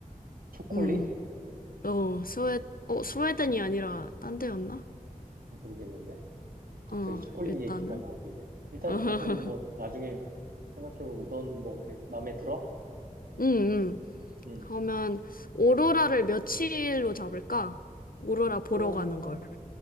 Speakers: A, on the right; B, on the left.
A: 초콜릿?
B: 음, 어, 스웨, 어, 스웨덴이 아니라 딴 데였나?
A: 모르겠는데? 갑자기
B: 어,
A: 초콜릿
B: 일단은.
A: 얘기가 나오길래. 일단
B: <laughs>
A: 그건 뭐 나중에 생각해보고 넌 뭐 어떻게 마음에 들어?
B: 음, 음.
A: 음,
B: 그러면 오로라를 며칠로 잡을까? 오로라
A: 그거는
B: 보러 가는 걸.